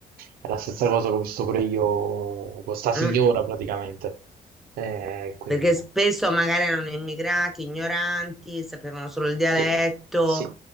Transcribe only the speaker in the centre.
Mm.
perché
spesso magari erano immigrati, ignoranti, sapevano solo il dialetto